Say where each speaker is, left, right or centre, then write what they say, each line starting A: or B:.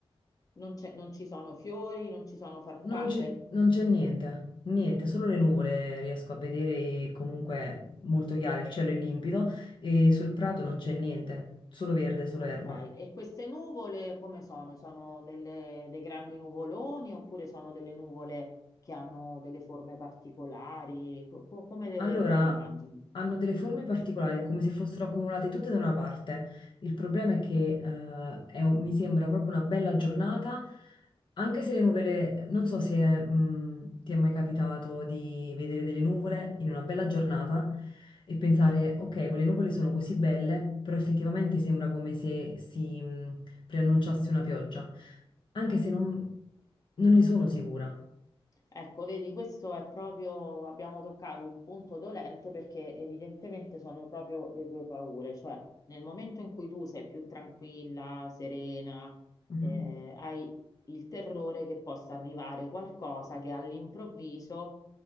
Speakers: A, on the left; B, on the left.
A: Non c'è- non ci sono fiori, non ci sono farfalle.
B: Non c'è non c'è niente, niente, solo le nuvole riesco a vedere e comunque molto chiare, il cielo è limpido e sul prato non c'è niente, solo verde, solo
A: Ok,
B: erba.
A: e queste nuvole come sono? Sono delle- dei grandi nuvoloni oppure sono delle nuvole che hanno delle forme particolari? Co- co- come
B: Allora,
A: te le immagini?
B: hanno delle forme particolari, è come se fossero accumulate tutte da una parte. Il problema è che eh, è un- mi sembra proprio una bella giornata, anche se le nuvole, non so se mh, ti è mai capitato di vedere delle nuvole in una bella giornata e pensare, ok, quelle nuvole sono così belle, però effettivamente sembra come se si mh, preannunciasse una pioggia, anche se non, non ne sono sicura.
A: Ecco, vedi, questo è proprio, abbiamo toccato un punto dolente perché evidentemente sono proprio le tue paure, cioè nel momento in cui tu sei più tranquilla, serena,
B: Mhm.
A: eh, hai il terrore che possa arrivare qualcosa che all'improvviso